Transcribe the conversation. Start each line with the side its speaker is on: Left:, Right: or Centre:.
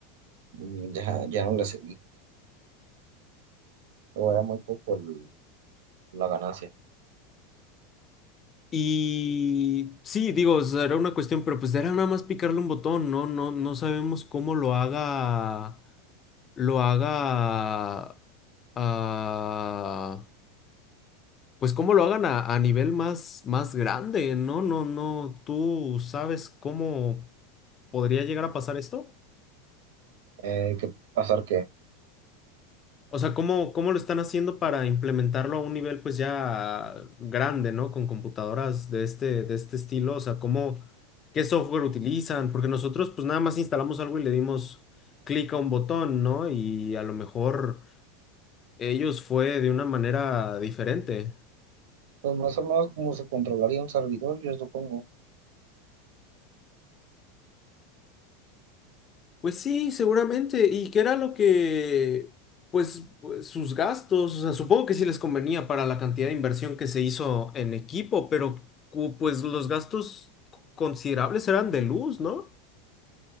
Right: mm, ya, ya no le seguí. O era muy poco el- la ganancia.
Left: Y sí, digo, será una cuestión, pero pues era nada más picarle un botón, ¿no? No, no sabemos cómo lo haga, lo haga, ah, pues cómo lo hagan a, a nivel más, más grande, ¿no? No, no, ¿tú sabes cómo podría llegar a pasar esto?
Right: Eh, ¿qué pasar qué?
Left: O sea, ¿cómo, cómo lo están haciendo para implementarlo a un nivel pues ya grande, ¿no? Con computadoras de este, de este estilo. O sea, ¿cómo, qué software utilizan? Porque nosotros pues nada más instalamos algo y le dimos clic a un botón, ¿no? Y a lo mejor ellos fue de una manera diferente.
Right: Pues más o menos como se controlaría un servidor, yo supongo.
Left: Pues sí, seguramente. ¿Y qué era lo que, pues, pues, sus gastos? O sea, supongo que sí les convenía para la cantidad de inversión que se hizo en equipo, pero cu- pues los gastos considerables eran de luz, ¿no?